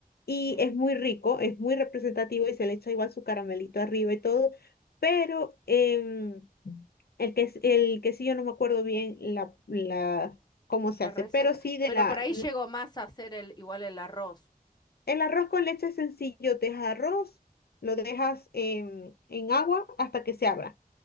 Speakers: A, on the left; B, on the left.
A: y
B: Sí,
A: es muy rico, es muy representativo y se le echa igual su caramelito arriba y todo, pero em, el que, el quesillo no me acuerdo bien la, la, cómo se
B: la
A: hace,
B: receta.
A: pero sí de
B: Pero
A: la,
B: por ahí llegó más a hacer el igual el arroz.
A: el arroz con leche es sencillo, te dejas arroz, lo dejas en, en agua hasta que se abra.